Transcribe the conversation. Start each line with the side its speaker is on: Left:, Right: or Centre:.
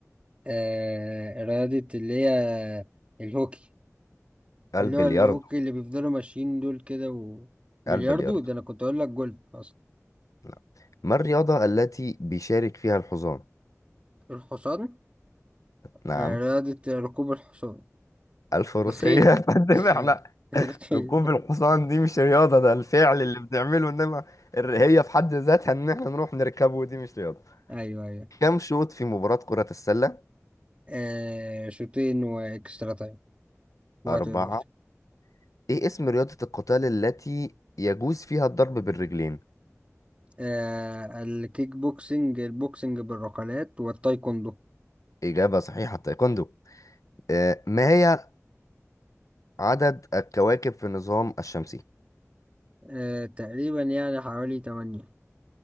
Right: آه رياضة اللي هي الهوكي
Left: البلياردو
Right: اللي هو الهوكي اللي بيفضلوا ماشيين دول كده وبلياردو
Left: البلياردو
Right: ده أنا كنت أقول لك جولف أصلا
Left: لا ما الرياضة التي بيشارك فيها الحصان؟
Right: الحصان
Left: نعم
Right: آه رياضة ركوب الحصان
Left: الفروسية
Right: الخيل
Left: <laughs> فانما
Right: الخيل
Left: احنا
Right: <laughs> الخيل
Left: ركوب الحصان دي مش رياضة ده الفعل اللي بنعمله انما الر- هي في حد ذاتها ان احنا نروح نركبه دي مش رياضة
Right: أيوه أيوه
Left: كم شوط في مباراة كرة السلة؟
Right: آه شوطين وإكسترا تايم وقت
Left: أربعة
Right: إضافي
Left: ايه اسم رياضة القتال التي يجوز فيها الضرب بالرجلين؟
Right: آه الكيك بوكسنج البوكسنج بالركلات والتايكوندو
Left: إجابة صحيحة تايكوندو آه، ما هي عدد الكواكب في النظام الشمسي؟
Right: آه تقريبا يعني حوالي تمانية